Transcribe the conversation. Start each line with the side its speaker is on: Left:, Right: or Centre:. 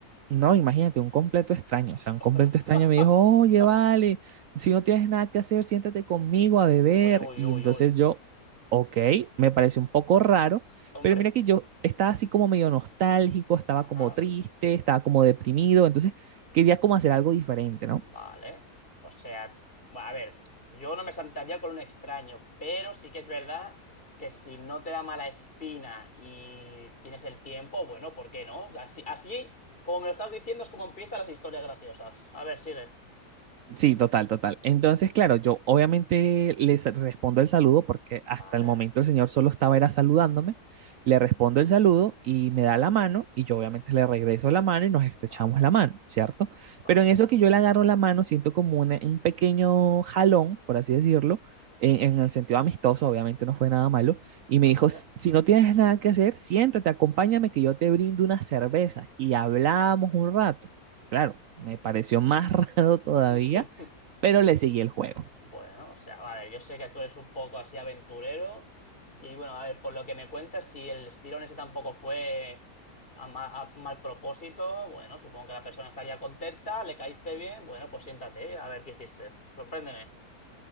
Right: No, imagínate, un completo extraño. O sea, un completo
Left: Ostras.
Right: extraño
Left: <laughs>
Right: me dijo, oye, vale, si no tienes nada que hacer, siéntate conmigo a beber.
Left: Uy, uy,
Right: Y
Left: uy,
Right: entonces
Left: uy.
Right: yo, ok, me parece un poco raro,
Left: Hombre.
Right: pero mira que yo estaba así como medio nostálgico, estaba
Left: Ajá.
Right: como triste, estaba como deprimido, entonces quería como hacer algo diferente, ¿no?
Left: Vale. O sea, bueno, a ver, yo no me sentaría con un extraño, pero sí que es verdad que si no te da mala espina y tienes el tiempo, bueno, ¿por qué no? O sea, así, así como me lo estás diciendo, es como empiezan las historias graciosas. A ver, sigue.
Right: Sí, total, total. Entonces, claro, yo obviamente les respondo el saludo porque hasta
Left: Vale,
Right: el momento el señor solo estaba era saludándome. Le respondo el saludo y me da la mano y yo obviamente le regreso la mano y nos estrechamos
Left: vale,
Right: la mano, ¿cierto?
Left: vale,
Right: Pero en eso que yo le agarro la mano siento como una- un pequeño jalón, por así decirlo, en, en el sentido amistoso, obviamente no fue nada malo, y
Left: vale.
Right: me dijo, "Si si no tienes nada que hacer, siéntate, acompáñame que yo te brindo una cerveza y hablamos un rato. Claro, me pareció más <laughs> raro todavía
Left: <laughs>
Right: pero le seguí el juego.
Left: Bueno, o sea, a ver, yo sé que tú eres un poco así aventurero y bueno, a ver, por lo que me cuentas, si el estirón ese tampoco fue a, ma- a mal propósito, bueno, supongo que la persona estaría contenta, le caíste bien, bueno, pues siéntate, a ver qué hiciste. Sorpréndeme.